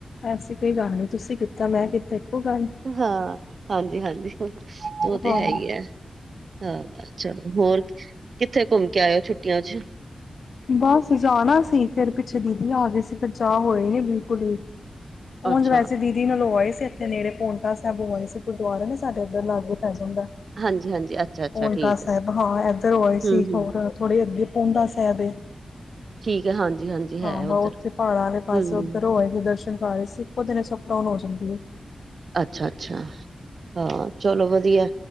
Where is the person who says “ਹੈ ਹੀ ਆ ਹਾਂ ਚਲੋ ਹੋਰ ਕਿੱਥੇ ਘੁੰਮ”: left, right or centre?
Right